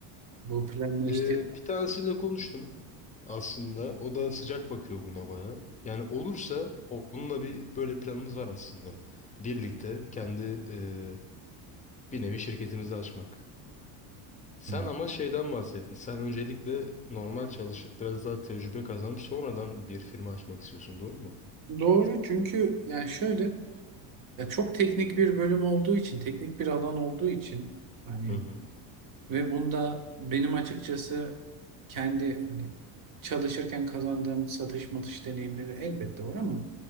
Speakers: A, on the right (about 40°); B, on the left (about 15°).
A: Bu planla
B: Ee,
A: işte
B: bir tanesiyle konuştum aslında. O da sıcak bakıyor buna bayağı. Yani olursa onunla bir böyle planımız var aslında. Birlikte kendi e, bir nevi şirketimizi açmak. Sen
A: Hı.
B: ama şeyden bahsettin. Sen öncelikle normal çalışıp biraz daha tecrübe kazanıp sonradan bir firma açmak istiyorsun, doğru mu?
A: Doğru çünkü yani şöyle Ya çok teknik bir bölüm olduğu için, teknik bir alan olduğu için hani
B: Hı hı.
A: ve bunda benim açıkçası kendi hani çalışırken kazandığım satış matış deneyimleri elbette var ama